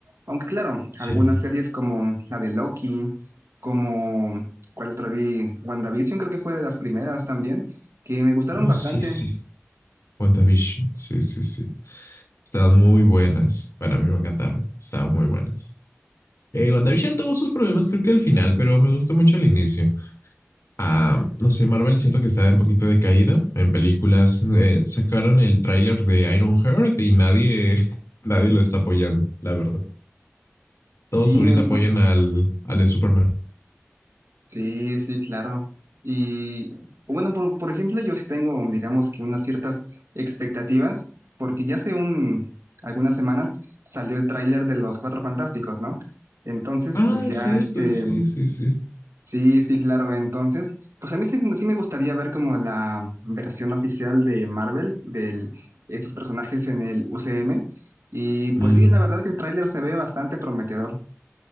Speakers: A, on the right; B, on the left.
A: aunque claro,
B: Sí,
A: algunas series como la de Loki, como cuál otra vi, WandaVision creo que fue de las primeras también, que me gustaron
B: Oh,
A: bastante.
B: sí, sí. sí. WandaVision, sí, sí, sí. Estaban muy buenas. Bueno, a mí me encantaba. Estaban muy buenas. Eh, WandaVision tuvo sus problemas, creo que al final, pero me gustó mucho el inicio. Ah, no sé, Marvel siento que está un poquito decaído en películas. eh, sacaron el tráiler de Iron Heart y nadie, <laughs> nadie lo está apoyando, la verdad. Todos
A: Sí,
B: ahorita
A: me-
B: apoyan
A: me-
B: al, al de Superman.
A: sí, sí, claro. Y bueno, por, por ejemplo, yo sí tengo, digamos que unas ciertas expectativas, porque ya hace un, algunas semanas salió el tráiler de Los Cuatro Fantásticos, ¿no? Entonces,
B: Ah,
A: pues ya
B: es cierto,
A: este,
B: sí, sí, sí.
A: Sí, sí, claro. Entonces, pues a mí sí, sí me gustaría ver como la versión oficial de Marvel, de estos personajes en el UCM. Y pues
B: Mm.
A: sí, la verdad que el tráiler se ve bastante prometedor.